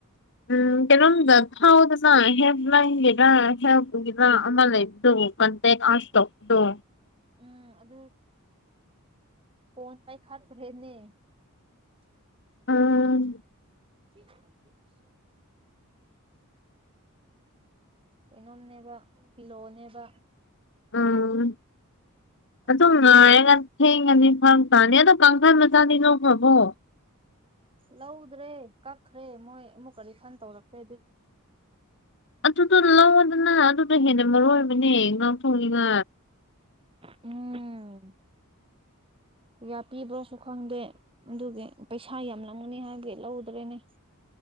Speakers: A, on the left; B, on the right.
A: ꯎꯝ ꯀꯩꯅꯣꯝꯗ ꯍꯥꯎꯗꯅꯥ ꯍꯦꯕꯂ ꯍꯤꯗ ꯍꯦꯕꯗ ꯑꯂ ꯏ ꯀꯇꯦ ꯀꯥꯁ ꯇꯧ ꯑ
B: ꯎꯝ ꯑꯗꯨ ꯐꯣꯟ ꯄꯥꯏꯈꯥꯠꯇ꯭ꯔꯦꯅꯦ <inaudible>
A: ꯎꯝ
B: ꯀꯩꯅꯣꯝꯅꯦꯕ ꯄꯤꯂꯣꯅꯦꯕ
A: ꯑꯥ
B: ꯑꯗꯨ
A: ꯑꯗꯨꯝ
B: ꯑꯅꯤꯒꯤꯗꯤ
A: ꯉꯥꯏꯔꯒ ꯊꯦꯡꯉꯅꯤ ꯐꯪ ꯇꯥꯅꯤ ꯑꯗꯣ ꯀꯥꯡꯈꯜ ꯃꯆꯥꯅꯤ ꯅꯣꯕ꯭ꯔꯕꯣ
B: ꯂꯧꯗ꯭ꯔꯦ ꯀꯛꯈ꯭ꯔꯦ ꯃꯣꯏ ꯑꯃꯨꯛꯀ ꯔꯤꯐꯟ ꯇꯧꯔꯛꯈ꯭ꯔꯦ ꯑꯗꯨ
A: ꯑꯗꯨꯗꯣ ꯂꯧꯗꯅ ꯑꯗꯨꯗ ꯍꯦꯟꯅ ꯃꯔꯨ ꯑꯣꯏꯕꯅꯦ ꯉꯥꯡꯊꯣꯡꯅꯤꯅ
B: ꯎꯝ ꯌꯥ ꯄꯕ꯭ꯔꯣꯁꯨ ꯈꯪꯗꯦ ꯑꯗꯨꯒꯤ ꯄꯩꯁꯥ ꯌꯥꯝ ꯂꯧꯒꯅꯤ ꯍꯥꯏꯕꯒꯤ ꯂꯧꯗ꯭ꯔꯦꯅꯦ